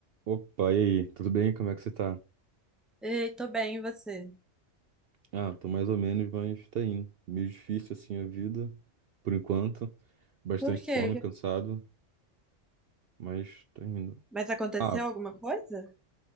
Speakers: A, on the right; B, in the centre.
A: Opa, e aí? Tudo bem? Como é que você tá?
B: Ei, tô bem, e você?
A: Ah, tô mais ou menos, mas tá indo. Meio difícil assim a vida, por enquanto. Bastante
B: Por
A: sono,
B: quê?
A: cansado, mas tá indo.
B: Mas aconteceu
A: Ah,
B: alguma coisa?